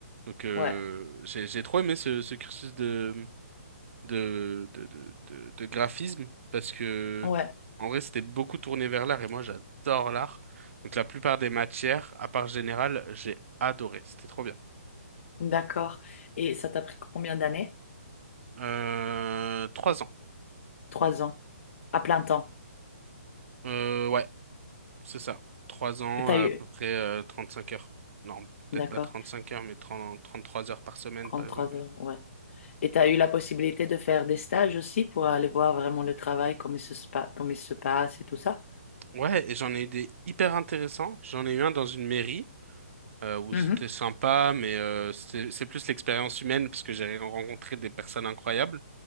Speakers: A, on the right (about 60°); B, on the left (about 50°).
A: Donc euh,
B: Ouais,
A: j'ai j'ai trop aimé ce, ce cursus de, de, de, de, de, de graphisme parce que
B: ouais.
A: en vrai c'était beaucoup tourné vers l'art et moi j'adore l'art. Donc la plupart des matières, à part générale, j'ai adoré. C'était trop bien.
B: Mhm. D'accord. Et ça t'a pris combien d'années?
A: Euh, trois ans.
B: Trois ans. À plein temps.
A: Euh, ouais. C'est ça. Trois ans,
B: Et t'as
A: à
B: eu.
A: peu près euh, cinq heures. Non, peut-être
B: D'accord.
A: pas 35 heures, mais trente trente trois heures par semaine,
B: trente-trois
A: par exemple.
B: heures, ouais. Et t'as eu la possibilité de faire des stages aussi pour aller voir vraiment le travail, comment il se, spa- comment il se passe et tout ça?
A: Ouais, et j'en ai eu des hyper intéressants. J'en ai eu un dans une mairie euh, où
B: Mhm.
A: c'était sympa, mais euh, c'était- c'est plus l'expérience humaine parce que j'ai rencontré des personnes incroyables.